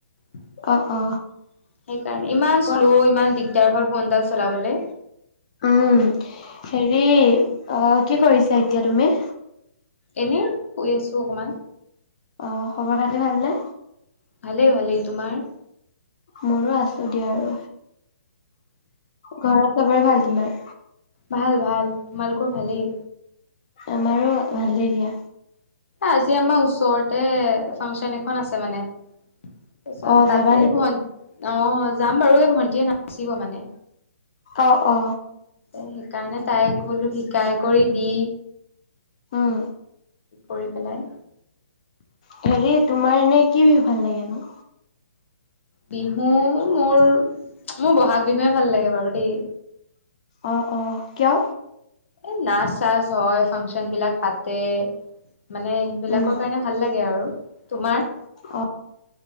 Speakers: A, on the left (about 60°); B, on the left (about 25°).
A: সেইকাৰণে,
B: অ অ
A: ইমান
B: কোৱা
A: শ্ল' ইমান দিগদাৰ হয় ফোনদাল চলাবলে।
B: উম হেৰি, অ কি কৰিছা এতিয়া তুমি?
A: এনেই, শুই আছো অকমান।
B: অ, খবৰ খাতি ভালনে?
A: ভালেই ভালেই, তোমাৰ?
B: মোৰো আছো দিয়া আৰু, ঘৰত চবৰে ভাল তোমাৰ?
A: ভাল ভাল, তোমালোকৰ ভালেই?
B: আমাৰো ভালেই দিয়া।
A: আজি আমাৰ ওচৰতে ফাংচন এখন আছে মানে তাৰপিছত
B: অ
A: তাতে
B: যাবা নেকি
A: ভন্টি অ, যাম বাৰু এই ভণ্টিয়ে নাচিব মানে।
B: অ অ।
A: সেইকাৰণে তাই বোলো শিকাই কৰি দি
B: উম
A: কৰি পেলাই
B: হেৰি তোমাৰ এনে কি বিহু ভাল লাগেনো?
A: বিহু মোৰ, মোৰ বহাগ বিহুৱে ভাল লাগে বাৰু দেই।
B: অ অ, কিয়?
A: এই নাচ চাচ হয়, ফাংচন বিলাক পাতে। মানে সেইবিলাকৰ
B: উম
A: কাৰণে ভাল লাগে আৰু। তোমাৰ?
B: অ